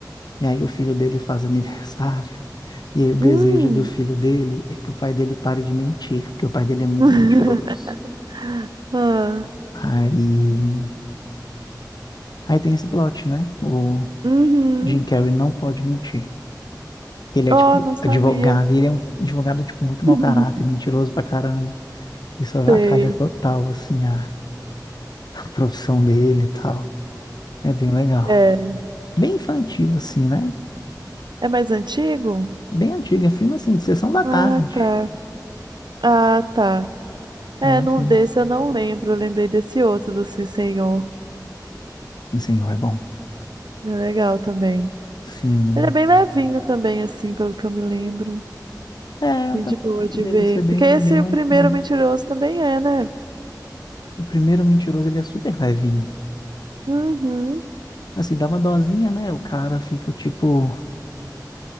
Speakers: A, on the left; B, on the right.
A: e aí o filho dele faz aniversário. E aí o desejo
B: Hum.
A: do filho dele é que o pai dele pare de mentir, porque o pai dele é muito
B: <laughs>
A: mentiroso.
B: Ah,
A: Aí, aí tem esse plot, né? O
B: uhum.
A: Jim Carrey não pode mentir. Ele é,
B: Oh,
A: tipo,
B: não sabia.
A: advogado, e ele é um advogado, tipo, muito
B: <laughs>
A: mau caráter, mentiroso pra caramba. Isso avacalha
B: Sei.
A: total, assim, a, a profissão dele e tal. É bem legal.
B: É.
A: Bem infantil, assim, né?
B: É mais antigo?
A: Bem antigo, é filme, assim, de sessão da
B: Ah,
A: tarde.
B: tá. Ah, tá. É,
A: É,
B: não
A: filme.
B: desse eu não lembro. Eu lembrei desse outro do Sim Senhor.
A: Sim, senhor, é bom.
B: É legal também.
A: Sim.
B: Ele é bem levinho também, assim, pelo que eu me lembro.
A: É, eu
B: Bem
A: também
B: de boa
A: lembro
B: de
A: dele
B: ver.
A: ser bem,
B: Porque esse
A: bem
B: o
A: levinho.
B: primeiro mentiroso também é, né?
A: O primeiro mentiroso, ele é super levinho.
B: Uhum.
A: Assim, dá uma dosinha, né? O cara fica, tipo,